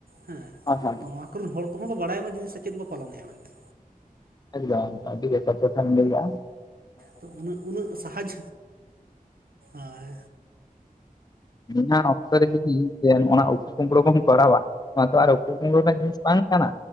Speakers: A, on the right (about 85°); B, on the left (about 25°).
A: ᱦᱮᱸ
B: ᱟᱪᱪᱷᱟ
A: ᱛᱚ ᱱᱚᱣᱟ ᱠᱚᱨᱮᱱ ᱦᱚᱲ ᱠᱚᱦᱚᱸ ᱠᱚ ᱵᱟᱲᱟᱭᱟ ᱢᱟ ᱡᱤᱱᱤᱥ ᱥᱮ ᱪᱮᱫ ᱵᱚᱱ ᱯᱟᱞᱚᱱᱮᱫᱼᱟ ᱢᱮᱱᱛᱮ᱾
B: ᱮᱠᱫᱚᱢ ᱟᱹᱰᱤ ᱜᱮ ᱥᱟᱚᱛᱠᱷᱟᱱ ᱞᱟᱟ. ᱭᱮᱫᱟ
A: ᱛᱚ ᱩᱹᱱᱟᱜ ᱩᱱᱟᱹᱜ ᱥᱟᱦᱟᱡᱽ ᱟᱨ
B: ᱱᱚᱣᱟ ᱚᱠᱛᱚ ᱨᱮ ᱡᱩᱫᱤᱮᱱ ᱚᱱᱟ ᱩᱯᱚᱠᱩᱢᱚ ᱵᱟᱢ ᱠᱚᱨᱟᱣᱟ ᱱᱚᱣᱟ ᱫᱚ ᱟᱨ ᱚᱠᱩ ᱠᱩᱢᱵᱲᱩ ᱨᱮᱱᱟᱜ ᱡᱤᱱᱤᱥ ᱵᱟᱝ ᱠᱟᱱᱟ